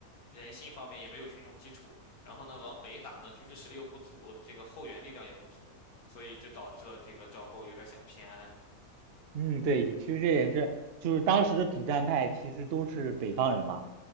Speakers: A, on the left; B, on the right.
A: 人心方面也没有群众基础，然后呢，往北打呢，军事实力又不足，这个后援力量也不足，所以就导致了这个赵构有点想偏安。
B: 嗯，对，其实这也是，就是当时的主战派其实都是北方人嘛，